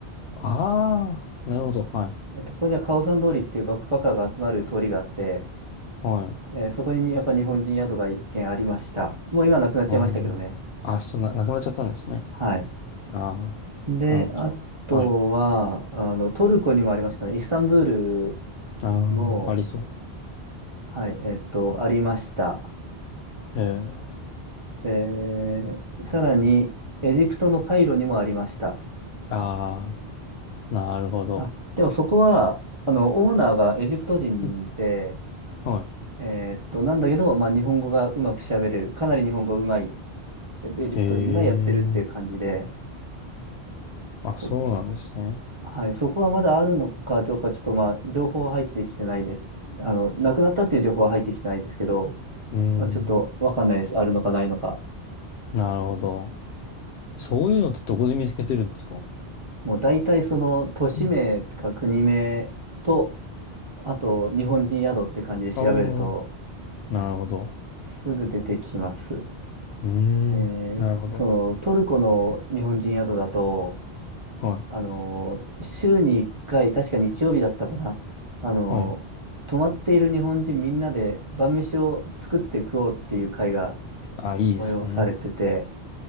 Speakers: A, on the left (about 80°); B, on the right (about 30°).
A: ああ、なるほど、はい。
B: えっと、ここにはカオサン通りっていうバックパッカーが集まる通りがあって、
A: はい。
B: えーそこにやっぱ日本人宿が一軒ありました。もう今なくなっちゃいましたけどね。
A: ああ。あ、そんな、なくなっちゃったんですね。
B: はい。
A: ああ、
B: で、
A: なるほど。
B: あとは、
A: はい。
B: あの、トルコにもありましたね。イスタンブール
A: ああ、
B: にも、
A: ありそ
B: はい、えっと、ありました。
A: う。へえ。
B: で、さらに、エジプトのカイロにもありました。
A: ああ、なるほど。
B: あ、でもそこは、あの、オーナーがエジプト人で、
A: うんは
B: えーっと、なんだけど、まあ、日本語がうまく喋れる。かなり日本語うまいエエジプト人がやってるっていう感じで、
A: い。へえ。あ、
B: そこ、
A: そうなんですね。
B: はい、そこはまだあるのかどうか、ちょっとまあ、情報は入ってきてないです。あの、なくなったっていう情報は入ってきてないですけど、
A: うーん。
B: まあ、ちょっとわかんないです。あるのかないのか。
A: なるほど。そういうのってどこで見つけてるんですか
B: もう大体その都市名か国名と
A: うん
B: あと、日本人宿って感じで調べると、
A: ああー、なるほど。
B: すぐ出てきます。
A: うーん。
B: え
A: なるほど。
B: ーその、トルコの日本人宿だと、
A: は
B: あの、週に1回、確か日曜日だったかな。あの、
A: い。はい。
B: 泊まっている日本人みんなで晩飯を作って食おうっていう会が
A: あ、いいですね。
B: 催されてて、